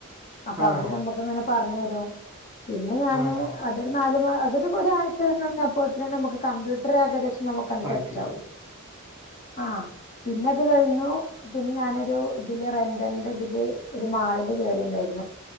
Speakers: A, on the left (about 35°); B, on the right (about 20°).
A: അപ്പൊ
B: ആഹ്
A: അവിര് ഞമ്മക്ക് അങ്ങനെ പറഞ് തരും പിന്നെ ഞാന്
B: ആഹ്
A: അത് നാല് മാ അതൊരു പൊ ഒരാഴ്ച നിന്നപ്പോതിനന്നെ നമുക് കമ്പ്യൂട്ടറേഏകദേ നമുക്കണ്ട്
B: പഠി
A: സെറ്റാവും ആഹ് പിന്നത് കഴിഞ്ഞു പിന്നെ ഞാനൊരു ഇതില് റെന്റലിന്റെ ഇതില് ഒരു മാളില് കേയറിണ്ടായിരുന്നു